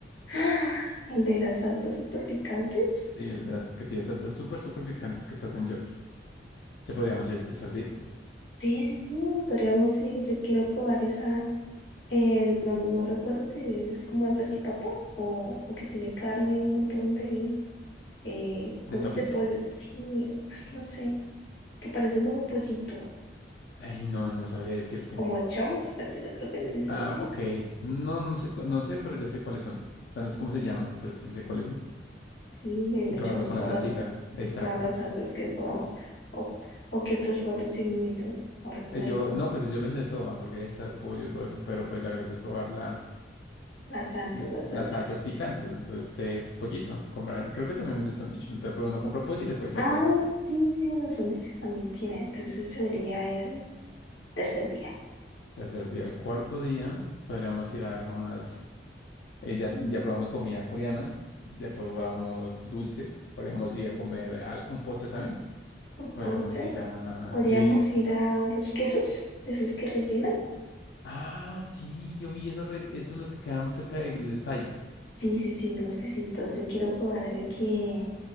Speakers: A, on the left (about 90°); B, on the left (about 65°).
A: ¡Ah! <sniffs> el de las salsas super picantes.
B: Sí, el de las que tiene salsas súper, súper picantes que te hacen llorar. Se podríamos ir el tercer día.
A: Sí, sí, sí, podríamos ir. Yo quiero probar esa. Eh, no, no recuerdo si es como una salchipapa o, o que tiene carne, un montón de eh,
B: ¿De
A: cosas
B: Topics?
A: de pollo. Sí, es que no sé, que parece como pollito,
B: Ay, no, no sabría decirte.
A: como chunks de pollo, creo que le dicen
B: Ah,
A: así.
B: ok. No, no sé, cu- no sé, pero ya sé cuáles son. O sea, no sé cómo se llaman, pero sí sé cuáles son.
A: Sí, y ahí
B: Y
A: le
B: probarlo
A: echamos
B: con
A: todas
B: la salsita.
A: las,
B: Exacto.
A: todas las salsas que podamos. O, o qué otros platos tienen ellos, no recuerdo.
B: Eh, Yo, no, pues yo venden de todo, hamburguesas, pollo, todo eso, pero pues la gracia es probar la,
A: Las salsas,
B: l-
A: las salsas.
B: las salsas picantes. Entonces es pollito. Comprar, creo que también vende sándwich. Entonces, pero uno compra pollo y le puede echar
A: Ah,
B: varias salsas.
A: sí, sí, los sándwiches también tienen. Entonces ese sería el tercer día.
B: Tercer día, el cuarto día, podríamos ir a algo más. eh, ya,
A: Mm,
B: ya probamos comida coreana, ya probamos dulce, podríamos ir a comer al- un postre también.
A: Un
B: Podríamos
A: postre.
B: ir a.
A: Podríamos
B: Yo,
A: ir a los quesos, esos que rellenan.
B: Ah, sí, yo vi esos, re- esos los que quedan cerca del estadio.
A: Sí, sí, sí, los quesitos. Yo quiero probar el que,